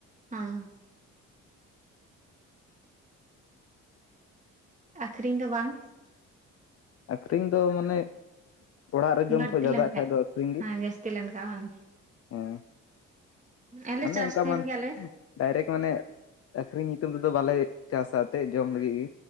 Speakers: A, on the right; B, on the left.
A: ᱟᱸ ᱟᱠᱠᱷᱨᱤᱧ ᱫᱚ ᱵᱟᱝ
B: ᱟᱹᱠᱷᱨᱤᱧ ᱫᱚ ᱢᱟᱱᱮ ᱚᱲᱟᱜ ᱨᱮ ᱡᱚᱢ
A: ᱵᱟᱹᱲᱛᱤ
B: ᱠᱷᱚᱡ ᱡᱟᱫᱟᱜ
A: ᱞᱮᱱᱠᱷᱟᱡ
B: ᱠᱷᱟ ᱫᱚ ᱟᱠᱷᱨᱤᱧ ᱜᱮ
A: ᱦᱮᱸ ᱡᱟᱹᱥᱛᱤ ᱞᱮᱱᱠᱷᱟᱡ ᱵᱟᱝ
B: ᱦᱮᱸ
A: ᱟᱞᱮ
B: ᱢᱟᱱᱮ
A: ᱪᱟᱥ
B: ᱚᱱᱠᱟ
A: ᱛᱟᱦᱮᱱ
B: ᱢᱟ
A: ᱜᱮᱭᱟᱞᱮ
B: ᱰᱟᱭᱨᱮᱠᱴ ᱢᱟᱱᱮ ᱟᱹᱠᱷᱨᱤᱧ ᱧᱩᱛᱩᱢ ᱛᱮᱫᱚ ᱵᱟᱞᱮ ᱪᱟᱥᱟ ᱮᱱᱛᱮᱫ ᱡᱚᱢ ᱞᱟᱹᱜᱤᱫ ᱜᱮ